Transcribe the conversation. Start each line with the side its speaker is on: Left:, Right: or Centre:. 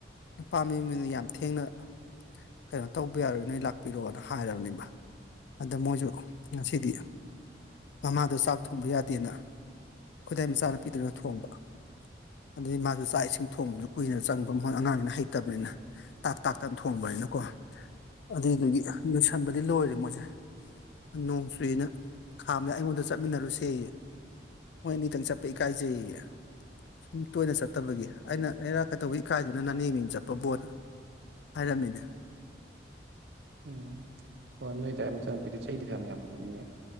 Left: ꯅꯨꯄꯥꯝꯃꯤ ꯃꯤꯅ ꯌꯥꯝ ꯊꯦꯡꯅ ꯀꯩꯅꯣ ꯇꯧꯕ ꯌꯥꯔꯣꯏ ꯅꯣꯏ ꯂꯥꯛꯄꯤꯔꯛꯑꯣꯅ ꯍꯥꯏꯔꯕꯅꯦꯕ ꯑꯗ ꯃꯣꯏꯁꯨ ꯉꯁꯤꯗꯤ ꯃꯃꯥꯗꯣ ꯆꯥꯛ ꯊꯣꯡꯕ ꯌꯥꯗꯦꯅ ꯈꯨꯗꯥꯏ ꯃꯆꯥꯅ ꯄꯤꯗꯨꯅ ꯊꯣꯡꯕ ꯑꯗꯨꯗꯒꯤ ꯃꯥꯁꯨ ꯆꯥꯛ ꯏꯁꯤꯡ ꯊꯣꯡꯕꯗꯨ ꯀꯨꯏꯅ ꯆꯪꯕ ꯃꯣꯏ ꯑꯉꯥꯡꯁꯤꯅ ꯍꯩꯇꯕꯅꯤꯅ ꯇꯥꯛ ꯇꯥꯛꯇꯅ ꯊꯣꯡꯕꯅꯤꯅꯀꯣ ꯑꯗꯨꯏꯗꯨꯒꯤ ꯂꯣꯏꯁꯟꯕꯗꯤ ꯂꯣꯏꯔꯦ ꯃꯣꯏꯁꯦ ꯅꯣꯡꯇꯨꯅ ꯈꯥꯝꯅꯦ ꯑꯩꯉꯣꯟꯗ ꯆꯠꯃꯤꯟꯅꯔꯨꯁꯦ ꯃꯣꯏ ꯑꯅꯤꯗꯪ ꯆꯠꯄ ꯏꯀꯥꯏꯖꯩꯌꯦꯌꯦ ꯁꯨꯝ ꯇꯣꯏꯅ ꯆꯠꯇꯕꯒꯤ ꯑꯩꯅ ꯑꯩꯔꯥꯛ ꯀꯩꯗꯧꯕ ꯏꯀꯥꯏꯗꯨꯅ ꯅꯅꯦꯦꯝ ꯃꯤꯅ ꯆꯠꯄꯕꯣꯠꯅ ꯍꯥꯏꯔꯝꯃꯤꯅ
Right: ꯎꯝ ꯍꯣꯏ ꯅꯣꯏ ꯑꯗꯨꯗꯥꯋꯥꯏ ꯃꯇꯝꯄꯤꯗ ꯆꯍꯤꯗꯤ ꯐꯌꯥꯝ ꯌꯥꯝꯃꯝꯃꯅꯤꯌꯦ